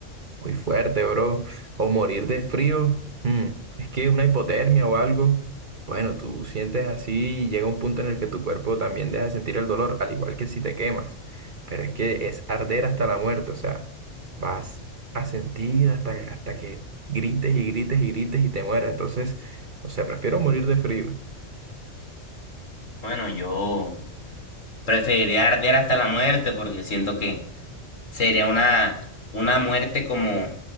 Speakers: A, on the right (about 45°); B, on the left (about 85°).
A: Muy fuerte, bro. O morir de frío. mm, Es que una hipotermia o algo. Bueno, tú sientes así y llega un punto en el que tu cuerpo también deja de sentir el dolor, al igual que si te quemas. Pero es que es arder hasta la muerte, o sea, vas a sentir hasta, hasta que grites y grites y grites y te mueras. Entonces, o sea, prefiero morir de frío.
B: Bueno, yo preferiría arder hasta la muerte porque siento que Sería una, una muerte como,